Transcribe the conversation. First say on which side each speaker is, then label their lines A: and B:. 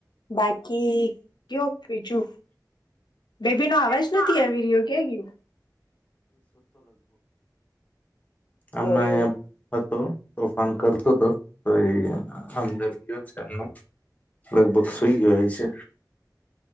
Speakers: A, on the left; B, on the left.
A: બાકી કયો બીજું બેબી નો અવાજ
B: એ
A: નથી આવી રહ્યો ક ગયું.
B: આમણા
A: ઓ એવું
B: હતો તોફાન કરતો હતો તો એ અંદર ગયો છે એનો લગભગ સુઈ ગયો હો છે